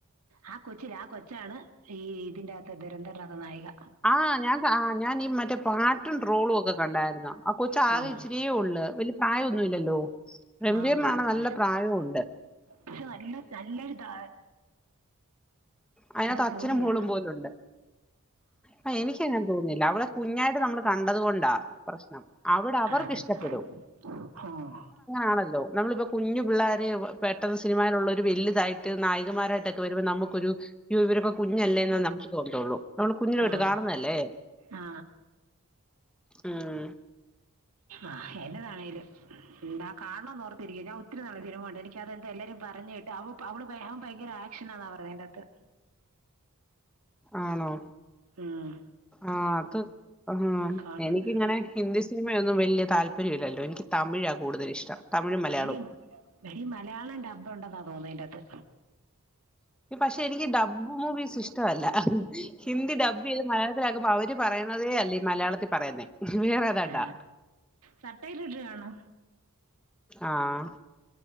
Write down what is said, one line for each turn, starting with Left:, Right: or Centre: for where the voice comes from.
Right: ആ കൊച്ചില്ലേ ആ കൊച്ചാണ് ഈ ഇതിന്റകത്ത് ദുരന്തനാഥ നായിക
Centre: ആഹ് ഞാൻ ആ ഞാൻ ഈ മറ്റേ പാറ്റും ട്രോളും ഒക്കെ കണ്ടായിരുന്നു ആ കൊച്ച് ആകെ
Right: ആഹ്
Centre: ഇച്ചിരിയേ ഉള്ളൂ വലിയ പ്രായന്നു ഇല്ലല്ലോ രംഭീറിനാണ്
Right: ആഹ് കൊച്ച്
Centre: നല്ല പ്രായോം ഉണ്ട്
Right: പക്ഷെ നല്ല നല്ലൊരുതാ
Centre: അതിനകത്ത് അച്ഛനും
Right: ജോഡിയാ
Centre: മോളും പോലുംണ്ട് ആഹ് എനിക്ക് എങ്ങനെ തോന്നുന്നില്ല അവളെ കുഞ്ഞായിട്ട് നമ്മള് കണ്ടത് കൊണ്ടാ പ്രശ്നം അവിടെ അവർക്ക്
Right: അതെ
Centre: ഇഷ്ടപ്പെടും
Right: ആഹ്
Centre: ആണല്ലോ നമ്മളിപ്പോ കുഞ്ഞു പിള്ളോര പെട്ടന്ന് സ് സിനിമയിലുള്ള ഒരു വലുതായിട്ട് നായികമാരായിട്ടൊക്കെ വരുമ്പോൾ നമുക്കൊരു ഇവരൊക്കെ കുഞ്ഞല്ലേന്ന് നമുക്ക് തോന്നുള്ളൂ നമ്മള് കുഞ്ഞിലെ
Right: ആ
Centre: തൊട്ട് കാണുന്നല്ലേ
Right: ആ ആ
Centre: ഉം
Right: ആഹ് എന്നതാണേലും എന്താ കാണോന്ന് ഓർത്തിരിക്കും ഞാൻ ഒത്തിരി നാളായി സിനിമയ ഉണ്ട് എനിക്കതെന്താ എല്ലാരും പറഞ്ഞ കേട്ട് അവ അവിള് അവൻ ഭയങ്കര ആക്ഷനാന്ന പറഞ്ഞേ ആയിൻ്റാത്ത്
Centre: ആണോ
Right: ആഹ്
Centre: ആഹ് അത് ആഹ്
Right: കാണണം
Centre: എനിക്കിങ്ങനെ ഹിന്ദി സിനിമയൊന്നും വലിയ താല്പര്യമില്ലല്ലോ എനിക്ക് തമിഴാ കൂടുതൽ ഇഷ്ടം തമിഴും മലയാളവും
Right: എടി എടി മലയാളം ഡബ്ബ് ഉണ്ടെന്നാ തോന്നുന്നു അതിനകത്ത്
Centre: പക്ഷെ എനിക്ക് ഡബ്ബു മൂവീസ് ഇഷ്ടമല്ല ഹിന്ദി ഡബ്ബു ത് മലയാളത്തിലാക്കുമ്പ അവര് പറയുന്നതേ അല്ല ഈ മലയാളത്തിൽ പറയുന്നേ വേറെതാണ്ടാ
Right: ആ സബ് ടൈടിലിട്ട് കാണോ
Centre: ആഹ്